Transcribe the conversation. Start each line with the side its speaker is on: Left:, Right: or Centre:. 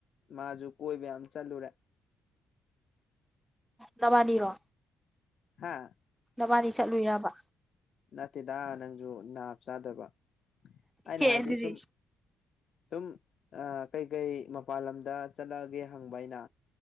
Left: ꯃꯥꯁꯨ ꯀꯣꯏꯕ ꯌꯥꯝ ꯆꯠꯂꯨꯔꯦ
Centre: ꯅꯕꯥꯅꯤꯔꯣ
Left: ꯍꯥꯥ
Centre: ꯅꯕꯥꯅꯤ ꯆꯠꯂꯨꯔꯕ
Left: ꯅꯠꯇꯦꯗ ꯅꯪꯁꯨ ꯅꯥꯞ ꯆꯥꯗꯕ ꯑꯩꯅ ꯍꯥꯏꯗꯤ
Centre: ꯑꯗꯨꯗꯤ
Left: ꯁꯨꯝ ꯁꯨꯝ ꯀꯩꯀꯩ ꯃꯄꯜ ꯂꯝꯗ ꯆꯠꯂꯛꯑꯒꯦ ꯍꯪꯕ ꯑꯩꯅ